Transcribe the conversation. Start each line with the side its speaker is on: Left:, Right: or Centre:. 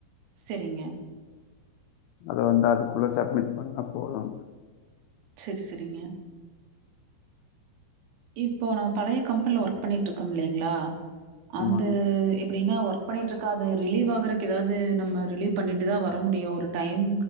Right: சரிங்க
Left: அத வந்து அதுக்குள்ள சப்மிட் பண்ண போதும்
Right: சரி சரிங்க இப்போ நம்ம பழைய கம்பெனில ஒர்க் பண்ணிட்டு இருக்கோ இல்லைங்களா
Left: ஆமாங்க.
Right: அந்த எப்டின்னா ஒர்க் ஒர்க் பண்ணிட்ருக்க அது ரிலீவ் ஆகுறகு ஏதாவது நம்ம ரிலீவ் பண்ணிட்டு தா வர முடியும் ஒரு டைம்